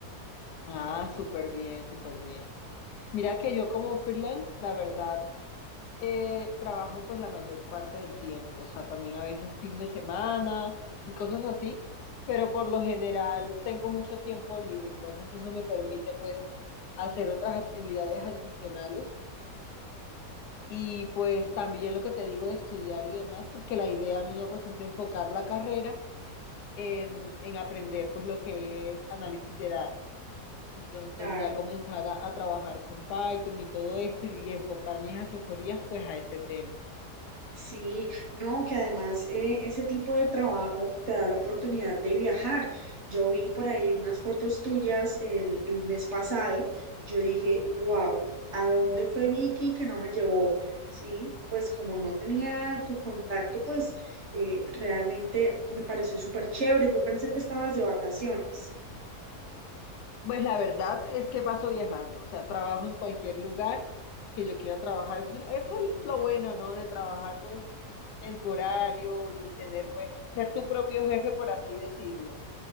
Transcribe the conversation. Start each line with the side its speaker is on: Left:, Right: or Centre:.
Left: Ah, súper bien, súper bien. Mira que yo como freelance, la verdad, eh, trabajo pues la mayor parte del tiempo, o sea, también a veces fin de semana y cosas así, pero por lo general tengo mucho tiempo libre, entonces eso me permite pues hacer otras actividades adicionales y pues también lo que te digo de estudiar y demás, porque la idea mía pues es enfocar la carrera en, en aprender pues lo que es análisis de datos. Entonces
Right: Claro.
Left: ya comenzar a, a trabajar con Python y todo esto y enfocar mis asesorías pues a ese tema.
Right: Sí, no, que además eh, ese tipo de trabajo te da la oportunidad de viajar. Yo vi por ahí unas fotos tuyas el, el mes pasado. Yo dije, wow, ¿a dónde fue Vicky que no me llevó? Sí, pues como no tenía tu contacto, pues eh, realmente me pareció súper chévere. Yo pensé que estabas de vacaciones.
Left: Pues la verdad es que paso viajando, o sea, trabajo en cualquier lugar que yo quiera trabajar. Eso, es eso es lo bueno, ¿no? De trabajar pues en tu horario y tener pues ser tu propio jefe, por así decirlo.